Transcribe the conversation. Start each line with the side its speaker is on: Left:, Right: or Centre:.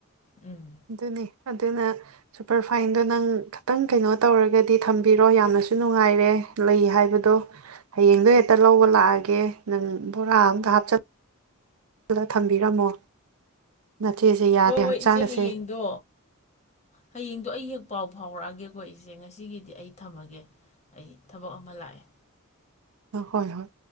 Left: ꯎꯝ
Right: ꯑꯗꯨꯅꯤ ꯑꯗꯨꯅ ꯁꯨꯄꯔꯐꯥꯏꯟꯗꯣ ꯅꯪ ꯈꯤꯇꯪ ꯀꯩꯅꯣ ꯇꯧꯔꯒꯗꯤ ꯊꯝꯕꯤꯔꯣ ꯌꯥꯝꯅꯁꯨ ꯅꯨꯡꯉꯥꯏꯔꯦ ꯂꯩ ꯍꯥꯏꯕꯗꯣ ꯍꯌꯦꯡꯗꯣ ꯍꯦꯛꯇ ꯂꯧꯕ ꯂꯥꯛꯑꯒꯦ ꯅꯪ ꯕꯣꯔꯥ ꯑꯝꯇ ꯍꯥꯞꯆꯜꯂ ꯗ ꯊꯝꯕꯤꯔꯝꯃꯣ ꯅꯆꯦꯁꯦ ꯌꯥꯗꯦ
Left: ꯍꯣꯏ ꯍꯣꯏ
Right: ꯍꯛꯆꯥꯡꯒꯁꯦ
Left: ꯏꯆꯦ ꯍꯌꯦꯡꯗꯣ ꯍꯌꯦꯡꯗꯣ ꯑꯩ ꯍꯦꯛ ꯄꯥꯎ ꯐꯥꯎꯔꯛꯑꯒꯦꯀꯣ ꯏꯆꯦ ꯉꯁꯤꯒꯤꯗꯤ ꯑꯩ ꯊꯝꯃꯒꯦ ꯑꯩ ꯊꯕꯛ ꯑꯃ ꯂꯥꯛꯑꯦ
Right: ꯍꯣꯏ ꯍꯣꯏ